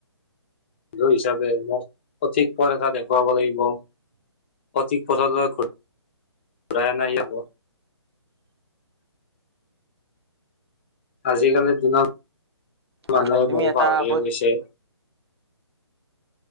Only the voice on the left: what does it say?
বন্ধু হিচাপে মোক, সঠিক পথ এটা দেখুৱাব লাগিব। সঠিক পথৰলৈ ঘূ <inaudible> ঘূৰাই আনাই হ'ব। আজিকালি দিনত
মান
বহু
পাৱ
পছে